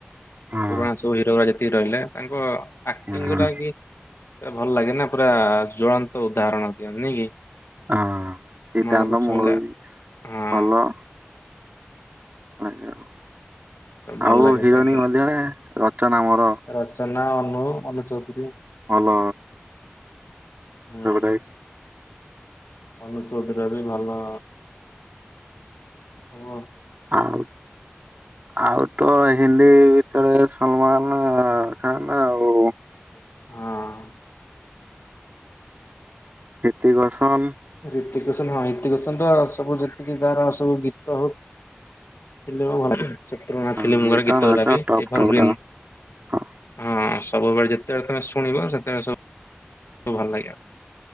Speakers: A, on the right; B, on the left.
A: ହଁ
B: ପୁରୁଣା ଯୋଉ ହିରୋ ଯେତିକି ରହିଲେ ତାଙ୍କ ଆକ୍ଟିଙ୍ଗ
A: ହୁଁ।
B: ଗୁଡା କି ପୁରା ଭଲ ଲାଗେ ନା ପୁରା ଜ୍ଵଳନ୍ତ ଉଦାହରଣ ଦିଅନ୍ତି ନାଇଁ କି?
A: ହଁ ସିଧାନ୍ତ
B: ମନକୁ
A: ମୋର
B: ଛୁଇଁଲା
A: ବି
B: ହଁ
A: ଭଲ। ଆଜ୍ଞା
B: ସବୁ ଭଲ
A: ଆଉ
B: ଲାଗେ
A: ହିରୋଇନୀ
B: ତାଙ୍କ
A: ମଧ୍ୟରେ ରଚନା ଆମର।
B: ରଚନା ଅନୁ ଅନୁ ଚୌଧୁରୀ।
A: ଭଲ।
B: ହୁଁ
A: ସେଟା <inaudible>
B: ଅନୁ ଚୌଧୁରୀ ର ବି ଭଲ ଏ ସବୁ।
A: ଆଉ। ଆଉ ତ ହିନ୍ଦୀ ଭିତରେ ସଲମାନ ଖାନ୍‌ ଆଉ।
B: ହଁ।
A: ହିତିକସନ୍।
B: ରୀତିିକଶନ ହଁ ରୀତିକଶନ ର ସବୁ ଯେତିକି ତ ସବୁ ଗୀତ ହଉ। ଫିଲ୍ମ ଭଲ ସେ ପୁରୁଣା
A: ହଁ
B: ଫିଲ୍ମର
A: ଏଇଟା
B: ଗୀତ
A: ନାଚ
B: ବି
A: ଟପ
B: ଏଭର
A: ଟପ
B: ଗ୍ରୀନ୍।
A: ଟା ହଁ
B: ହଁ ସବୁବେଳେ ଯେତେବେଳେ ତମେ ଶୁଣିବ ସେତେବେଳେ ସବୁ ଭଲ ଲାଗିବ।